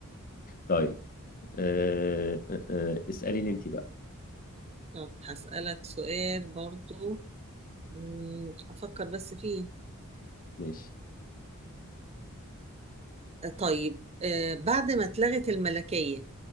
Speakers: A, on the left; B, on the right.
A: طيب أه أه آه، اسأليني انت بقى
B: طب هسألك سؤال برضو مم، أفكر بس فيه
A: ماشي
B: آه، طيب آه، بعد ما اتلغت الملكية